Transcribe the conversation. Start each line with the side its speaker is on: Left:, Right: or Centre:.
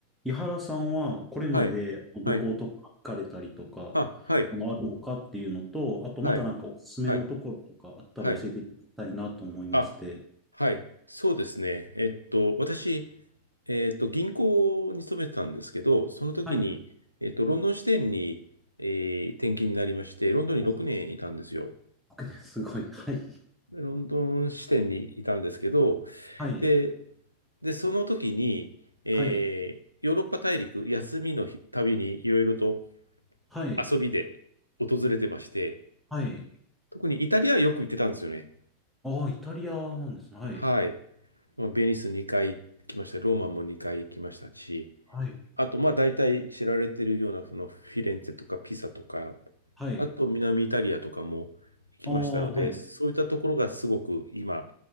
Centre: 井原さんはこれまで旅行とか行かれたりとか、
Right: はい。はい。あ、はい。
Centre: あの、あるのかっていうのと、あとまたなんかおすすめのところとかあったら教えていただきたいなと思いまして。
Right: はい。はい。はい。あ、はい。そうですね。えっと、私、えっと、銀行に勤めてたんですけど、その時に、
Centre: はい。
Right: えっと、ロンドン支店に、えー転勤になりまして、ロンドンに6年いたんですよ。
Centre: あ、僕ね、すごい。はい。
Right: でロンドン支店にいたんですけど、
Centre: はい。
Right: で、で、その時に、えーヨーロッパ大陸、
Centre: はい。
Right: 休みの日旅にいろいろと
Centre: はい。
Right: 遊びで訪れてまして、
Centre: はい。
Right: 特にイタリアはよく行ってたんですよね。
Centre: ああ、イタリアなんですね。はい。
Right: はい。まあベニス2回行きました。ローマも2回行きましたし、
Centre: はい。
Right: あと、まあ大体知られてるようなそのフィレンツェとかピサとか、
Centre: はい。
Right: あと南イタリアとかも行きましたので、
Centre: ああ、はい。
Right: そういったところがすごく今